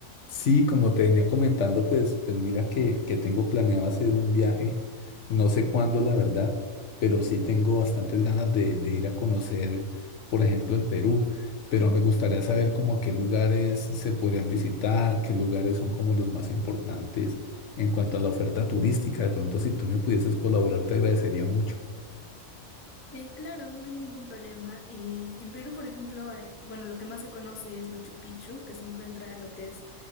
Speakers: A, on the left; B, on the left.
A: Sí, como te venía comentando, pues, pues mira que, que tengo planeado hacer un viaje, no sé cuándo la verdad, pero sí tengo bastantes ganas de, de ir a conocer, por ejemplo, el Perú, pero me gustaría saber como qué lugares se podrían visitar, qué lugares son como los más importantes en cuanto a la oferta turística. De pronto, si tú me pudieses colaborar, te agradecería mucho.
B: Eh, claro, no hay ningún problema. Eh, en Perú, por ejemplo, eh, bueno, lo que más se conoce es Machu Picchu, que se encuentra en lo que es